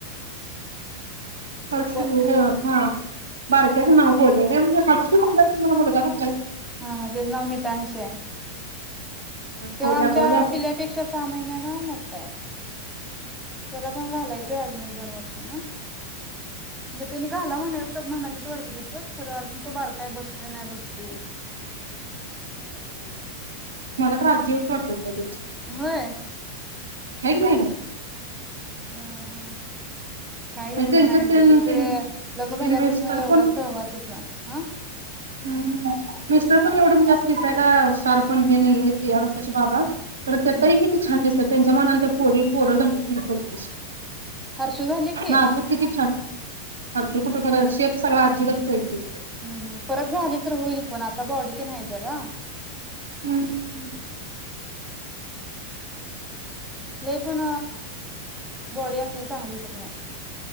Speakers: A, on the right (about 70°); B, in the centre.
A: हर्षू
B: कोण
A: आ हा बाारक्या ना बोल र हर्ष बोला त मला मुलगा नको?
B: हा हा तेच ना मिताांश? <unintelligible> तेव्हा
A: गोल्या
B: आमच्या
A: गोल्या
B: पिल्यापेक्षा सहा महिन्याना मो तेे त्याला पण घालायचंय अजून एक दोन वर्ष ना त्यानी घाला म्हणेल लग म्हणाले त तिथं खरं अजून तो बारका य अजून बसतोय नाही बसतोय
A: राज्यवरच वाटत
B: होय
A: हायकी नाही ग
B: अ काही
A: म्हणजे
B: एवढं
A: त्यांच्यात
B: नाही बाबा
A: त्यां
B: ते
A: त्यां
B: लग्न झाल्यापासून
A: ते मिस्टर
B: एवढा सहवासच नाही आं
A: हम् मिस्टर पण एवढं जास्त दिसायला शार्प पण हे नाही येत अनुशाचे बाबा तर
B: हम्म
A: त्या ताई किती छान दिसतात त्यांच्या मनाने पोरी पोर झालीत नाही
B: हर्षू झाले की
A: नाजूक किती छान अस - शेप सगळ गातचहाय की
B: हम्म हम्म परत झाली तर होईल पण आता बॉडी ते नाही जरा
A: हम्म
B: लय पण बॉडी असलेली चांगली दिसत नाही